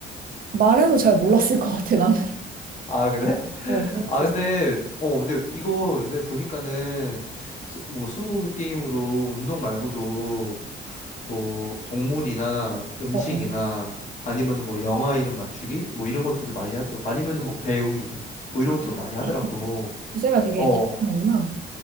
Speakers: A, on the right (about 45°); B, on the left (about 35°).
A: 말해도 잘 몰랐을 것 같아, 나는.
B: 아, 그래? <laughs>
A: 어, 재밌었어.
B: 아, 근데, 어, 근데 이거 요새 보니까는, 스, 뭐, 스무고개 게임으로 운동 말고도 뭐 동물이나 음식이나
A: 어, 어.
B: 아니면은 뭐 영화 이름 맞추기 뭐 이런 것들도 많이 하더라고 아니면은 뭐 배우 이름 뭐 이런
A: 아,
B: 것도 많이 하더라고
A: 네. 주제가 되게
B: 어
A: 다양하구나.